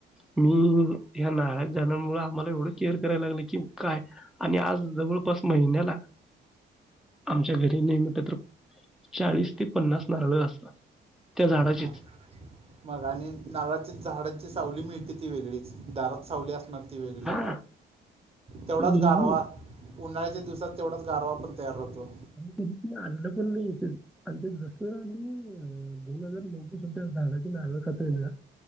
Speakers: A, in the centre; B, on the right.
A: मी ह्या नारळाच्या झाडामुळे आम्हाला एवढं केअर करायला लागलं की काय आणि आज जवळपास महिन्याला आमच्या घरी नाही म्हट तर चाळीस ते पन्नास नारळ असतात त्या झाडाचीच.
B: हां मग आणि नारळाची झाडांची सावली मिळते ती वेगळी. दारात सावली असणार ती वेगळी.
A: हा
B: तेवढाच
A: नेहमी
B: गारवा उन्हाळ्याच्या दिवसात तेवढाच गारवा पण तयार होतो.
A: आ कधी आणलं पण नाही याच आणि ते जसं आम्ही दोन हजार नऊवीस झाडाचीलं खातला